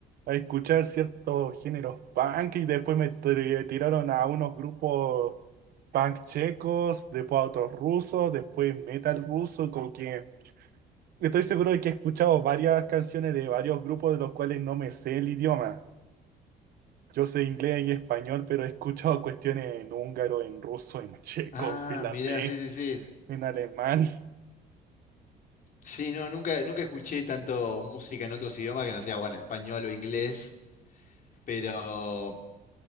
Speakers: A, on the right; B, on the left.
A: a escuchar ciertos géneros punk y después me tri- tiraron a unos grupos punk checos, después a otros rusos, después metal ruso, como que estoy seguro de que he escuchado varias canciones de varios grupos de los cuales no me sé el idioma. Yo sé inglés y español, pero he escuchado <laughs> cuestiones en húngaro, en ruso, en checo,
B: Ah,
A: en finlandés,
B: mirá, sí, sí, sí.
A: en alemán.
B: Sí, no, nunca, nunca escuché tanto música en otros idiomas que no sea, bueno, español o inglés. Pero,